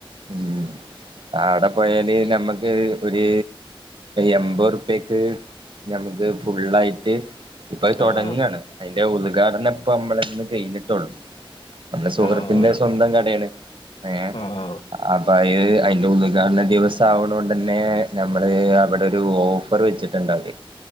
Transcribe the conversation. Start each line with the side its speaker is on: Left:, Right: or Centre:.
Right: ഉം അവിടെ പോയാല്
Left: ഉം
Right: നമ്മുക്ക് ഒരു എൺമ്പത് റുപ്പ്യക്ക് നഞമക്ക് ഫുള്ളായിട്ട് ഇപ്പൊ അത് തുടങ്ങാണ്
Left: ആഹ്
Right: അതിന്റെ ഉദ്ഘാടനം ഇപ്പ നമ്മളന്ന് കഴിഞ്ഞിട്ടുള്ളു നമ്മുടെ സുഹൃത്തിന്റെ
Left: ആഹ് ആഹ്
Right: സ്വന്തം കടയാണ് ഏഹ്
Left: ആഹ്
Right: അപ്പ അത് അതിന്റെ ഉദ്ഘാടന ദിവസം ആവുന്ന കൊണ്ട് തന്നെ നമ്മള് അവിടെ ഒരു ഓഫർവെച്ചിട്ടുണ്ടതി